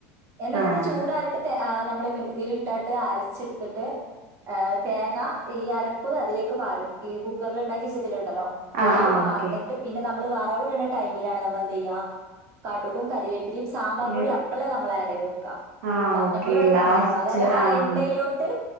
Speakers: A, on the right; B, on the right.
A: എന്നിട്ടത്
B: ആഹ് ആഹ്
A: ചൂടാറിട്ട് തേ ആ ന മ്മളെ മി ഇതിലിട്ടാട്ട് അരച്ചെടുത്തിട്ട് ഏഹ് തേങ്ങ ഈ അരപ്പ് അതിലേക്ക് പാരും ഈ കുക്കർല് ഇണ്ടാക്ക്യച്ചത് ല്ലോ അയിലേക്ക്
B: ആഹ് ആഹ്
A: പാർന്നിട്ട്
B: ഓക്കെ
A: പിന്നെ നമ് നമ്മള് വറവിട്ണ ടൈമിലാണ് നമ്മളെന്തെയ്യ കടുകും കരിവേപ് പിന്നിം സാമ്പാർ
B: പിന്നെ
A: പൊടി അപ്പളേ നമ്മളേഡയ്തൊട്ക്ക
B: ആഹ്
A: ഞ
B: ഓക്കെ
A: ഞമ്മളിവടക്കെ
B: ലാസ്റ്റ്
A: അങ്ങനെ ട്ടോ അതായത് ആ
B: ആഹ്
A: എണ്ണയിലോട്ട്